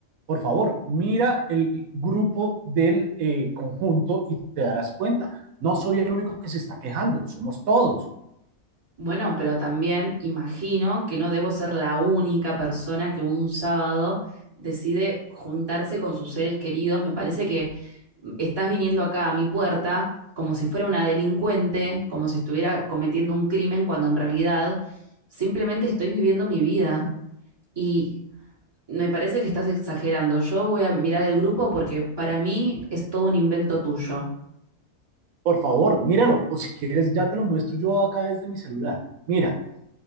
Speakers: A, on the right; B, on the right.
A: Por favor, mira el grupo del eh, conjunto y te darás cuenta. No soy el único que se está quejando, somos todos.
B: Bueno, pero también imagino que no debo ser la única persona que un sábado decide juntarse con sus seres queridos. Me parece que mm, estás viniendo acá a mi puerta como si fuera una delincuente, como si estuviera cometiendo un crimen, cuando en realidad simplemente estoy viviendo mi vida. Y me parece que estás exagerando. Yo voy a mirar el grupo porque para mí es todo un invento tuyo.
A: Por favor, míralo. O si quieres, ya te lo muestro yo acá desde mi celular. Mira,